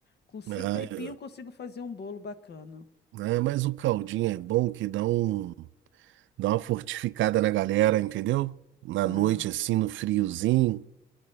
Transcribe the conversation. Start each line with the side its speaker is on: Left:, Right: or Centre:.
Left: Com cinco
Right: Ah,
Left: aipim
Right: eu-
Left: eu consigo fazer um bolo bacana.
Right: ah, mas o caldinho é bom que dá um, dá uma fortificada na galera, entendeu? Na
Left: Ah.
Right: noite, assim, no friozinho.